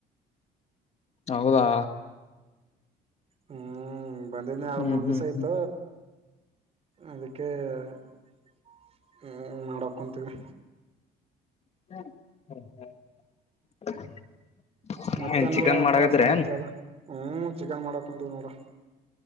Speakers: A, on the left (about 40°); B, on the right (about 35°).
A: ಹೌದಾ.
B: ಹ್ಮೂ ಬಂದಿದ್ನ ಆಡ್
A: ಹ್ಮ್
B: ಮೂರ್ ದಿವ್ಸ್
A: ಹ್ಮ್
B: ಆಯ್ತ
A: ಹ್ಮ್
B: ಅದಕ್ಕೆ <inaudible> ಹ್ಮ ಮಾಡಕುಂತೀವಿ.
A: <unintelligible>
B: ಮತ್ತೆನ್
A: ಏನ್ ಚಿಕನ್
B: ನಡದದ
A: ಮಾಡಕತ್ತೀರ
B: ಪಾ ಸಮಾಚಾರ
A: ಏನ್
B: ಹ್ಮ ಚಿಕನ್ ಮಾಡಕ್ ಕುಂತಿವಿ ನೋಡ